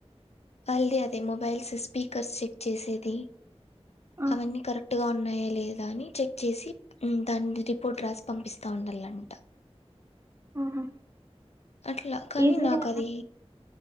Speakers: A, on the left; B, on the right.
A: వల్ది అదే మొబైల్స్ స్పీకర్స్ చెక్ చేసేది
B: ఆ,
A: అవన్నీ కరెక్ట్ గా ఉన్నాయి లేదా అని చెక్ చేసి దాని రిపోర్ట్ రాసి పంపిస్తా ఉండాలంట
B: ఆహా
A: అట్ల కాని
B: ఈజీగా
A: నాకది